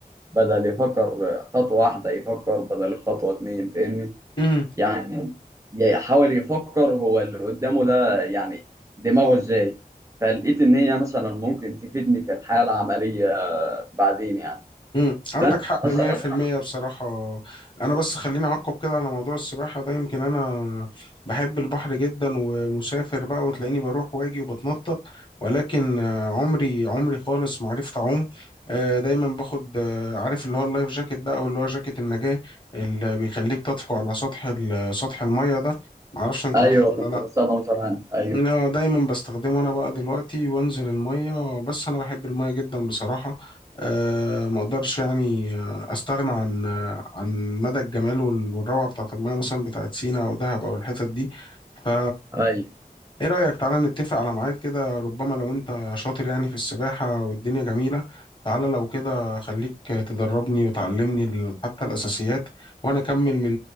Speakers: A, on the right; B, on the left.
A: بدل يفكر خطوة واحدة يفكر بدل خطوة اتنين فاهمني؟
B: مم.
A: يعني يحاول يفكر هو اللي قدامه ده يعني دماغه ازاي فلقيت ان هي مثلا ممكن تفيدني في الحياه العمليه بعدين يعني
B: امم عندك
A: فانت
B: حق
A: مثلا
B: 100% بصراحة أنا بس خليني أعقب كده على موضوع السباحة ده يمكن أنا بحب البحر جدا ومسافر بقى وتلاقيني بروح واجي وبتنطط ولكن آه، عمري عمري خالص ما عرفت أعوم آه، دايما باخد آه، عارف اللي هو اللايف جاكيت ده أو اللي هو جاكيت النجاة اللي بيخليك تطفو على سطح ال- سطح المية ده معرفش أنت
A: ايوه
B: عارفه ولا
A: كنت
B: لأ
A: بستخدمه زمان ايوه
B: لا دايما بستخدمه انا بقى دلوقتي وانزل المية بس انا بحب المية جدا بصراحة أه ما اقدرش يعني آه، استغنى عن آه، عن مدى الجمال وال- والروعة بتاعت المية مثلا بتاعت سينا او دهب او الحتت دي ف
A: ايوه طيب.
B: ايه رأيك تعالى نتفق على ميعاد كده ربما لو انت شاطر يعني في السباحة والدنيا جميلة تعالى لو كده خليك تدربني وتعلمني ال- حتى الأساسيات وانا اكمل من